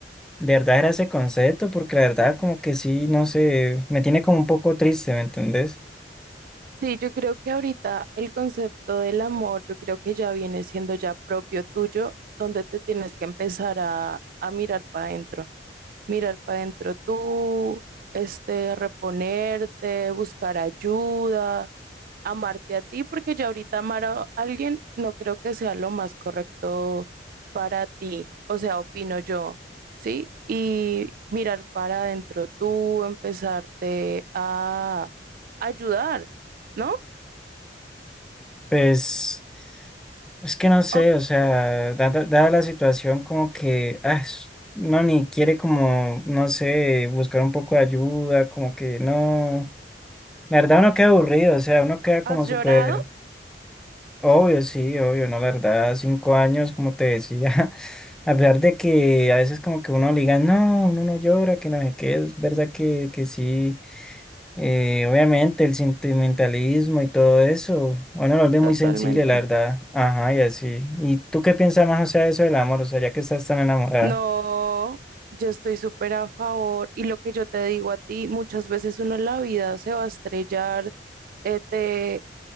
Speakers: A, in the centre; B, on the right.
A: de verdad era ese concepto, porque la verdad como que sí, no sé, me tiene como un poco triste, ¿me entendés?
B: Sí, yo creo que ahorita el concepto del amor, yo creo que ya viene siendo ya propio tuyo, donde te tienes que empezar a, a mirar para adentro, mirar para adentro tú, este, reponerte, buscar ayuda, amarte a ti, porque ya ahorita amar a alguien no creo que sea lo más correcto para ti, o sea, opino yo, ¿sí? Y mirar para adentro tú, empezarte a ayudar, ¿no?
A: Pues es que no sé,
B: ¿O qué-
A: o sea, dada, dada la situación como que, ah, es- no, ni quiere como, no sé, buscar un poco de ayuda, como que no, la verdad uno queda aburrido, o sea, uno queda como
B: ¿Has
A: súper,
B: llorado?
A: obvio, sí, obvio, no, la verdad, cinco años, como te decía, <laughs> a pesar de que a veces como que uno le diga, no, uno no llora, que no sé qué, es verdad que, que sí. Eh, obviamente el sentimentalismo y todo eso, bueno, lo vuelve muy
B: Totalmente.
A: sensible, la verdad. Ajá, y así. ¿Y tú qué piensas más, o sea, de eso del amor? O sea, ya que estás tan enamorada.
B: No, yo estoy súper a favor. Y lo que yo te digo a ti, muchas veces uno en la vida se va a estrellar, eh, te,